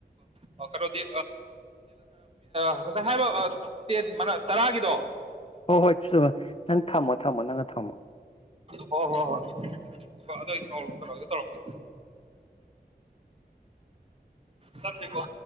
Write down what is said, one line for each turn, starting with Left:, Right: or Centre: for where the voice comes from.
Right: ꯀꯣ ꯀꯩꯅꯣꯗꯤ ꯉꯁ ꯍꯥꯏꯕ ꯇꯔꯥꯒꯤꯗꯣ
Left: ꯍꯣꯏ ꯍꯣꯏ ꯅꯪ ꯊꯝꯃꯣ ꯊꯝꯃꯣ ꯅꯪꯅ ꯊꯝꯃꯣ
Right: ꯍꯣꯏ ꯍꯣꯏ ꯍꯣꯏ ꯍꯣꯏ ꯑꯗꯣ ꯀꯩꯅꯣꯒꯦ ꯇꯧꯔꯛꯀꯦ ꯁꯠꯁꯔꯤ ꯀꯣ